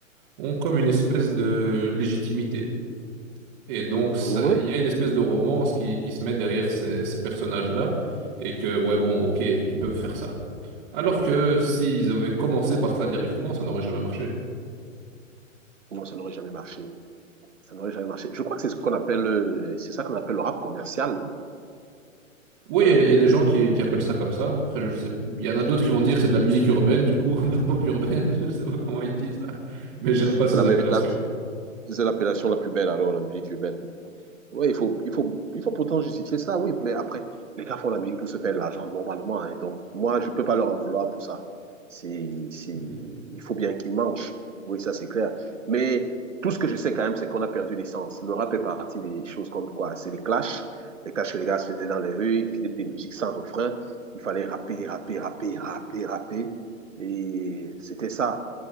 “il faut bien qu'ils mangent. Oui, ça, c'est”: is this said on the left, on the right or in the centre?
Right